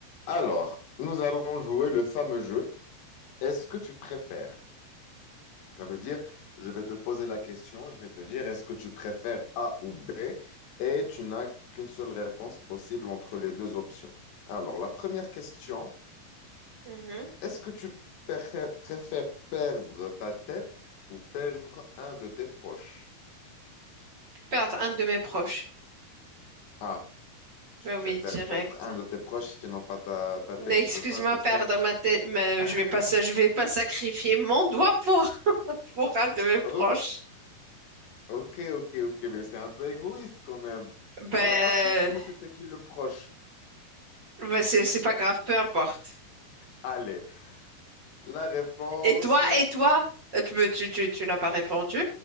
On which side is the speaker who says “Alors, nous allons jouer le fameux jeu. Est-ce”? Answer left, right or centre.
Left